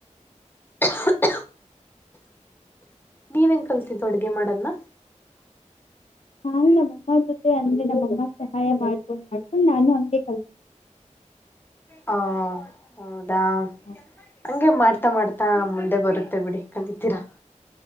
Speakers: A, on the left; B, on the left.
A: <inaudible> ನೀವ ನ್ ಕಲ್ಸಿದು ಅಡ್ಗೆ ಮಾಡನ್ನ
B: ನಾನು ನಮ್ಮಮ್ಮ ಜೊತೆ ಅಂದ್ರೆ ನಮ್ಮಮ್ಮ ಸಹಾಯ ಮಾಡ್ಕೊಂಡ್ ಮಾಡ್ಕೊಂಡು ನಾನು ಅಂಗೆ ಕಲ್ಿ
A: ಹ ಹೌದಾ
B: ಹಾಂ
A: ಹಂಗೆ ಮಾಡ್ತಾ ಮಾಡ್ತಾ ತ್ತಾ ಮುಂದೆ ಬರುತ್ತೆ ಬಿಡಿ ಕಲಿತೀರಾ